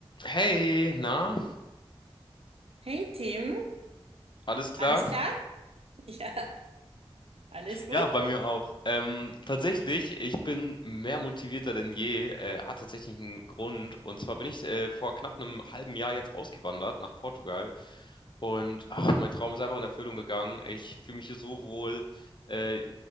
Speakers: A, on the left; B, on the right.
A: Hey, na,
B: Hey Tim,
A: alles klar?
B: alles klar? <laughs> Ja, alles gut?
A: Ja, bei mir auch. Ähm, tatsächlich, ich bin mehr motivierter denn je. Äh, hat tatsächlich einen Grund. Und zwar bin ich äh, vor knapp einem halben Jahr jetzt ausgewandert nach Portugal. Und ach, mein Traum ist einfach in Erfüllung gegangen. Ich fühle mich hier so wohl. Äh,